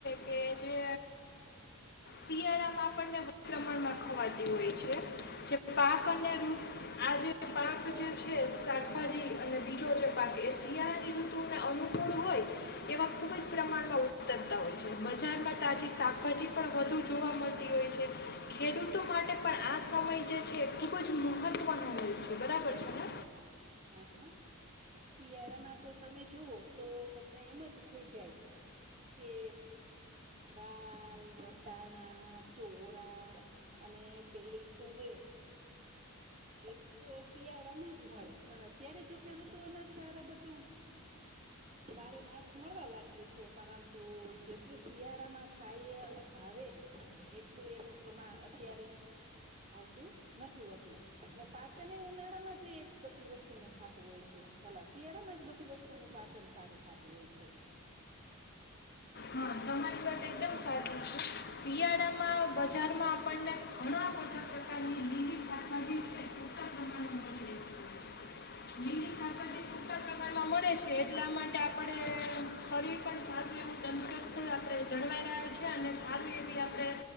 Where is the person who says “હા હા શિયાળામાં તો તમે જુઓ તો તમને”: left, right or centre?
Right